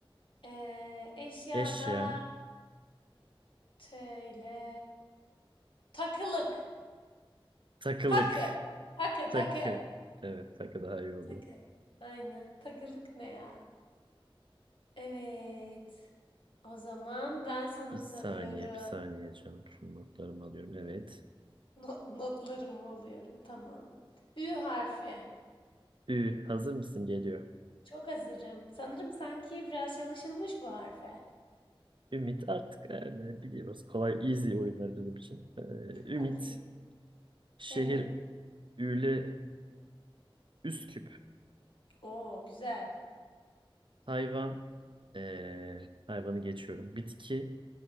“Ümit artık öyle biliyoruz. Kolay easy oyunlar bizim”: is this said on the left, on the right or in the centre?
Right